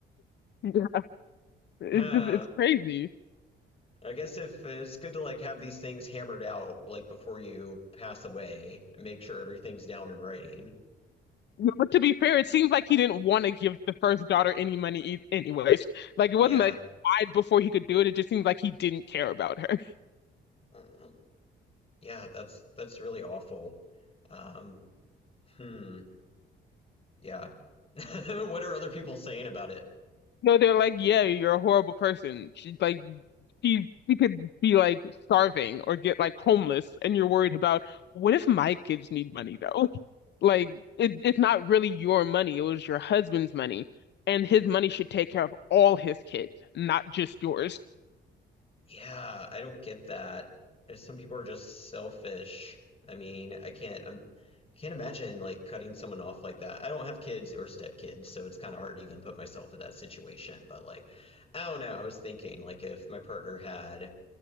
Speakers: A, on the left; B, on the left.
A: Yeah, It's
B: <laughs>
A: just it's
B: Huh.
A: crazy.
B: I guess if it's good to like have these things hammered out like before you pass away and make sure everything's down in writing.
A: But to be fair, it seems like he didn't want to give the first daughter any money e anyways. Like it
B: Yeah.
A: wasn't like he died before he could do it. It just seems like he didn't care about her. <laughs>
B: Mm, Yeah, that's that's really awful. Um, hmm. Yeah. <laughs> What are other people saying about it?
A: No, they're like, yeah, you're a horrible person. She, like she she could be like starving or get like homeless, and you're worried about what if my kids need money though? <laughs> Like it, it's not really your money; it was your husband's money, and his money should take care of all his kids, not just yours.
B: Yeah, I don't get that. There's some people are just selfish. I mean, I can't um, can't imagine like cutting someone off like that. I don't have kids or stepkids, so it's kind of hard to even put myself in that situation. But like, I don't know. I was thinking like if my partner had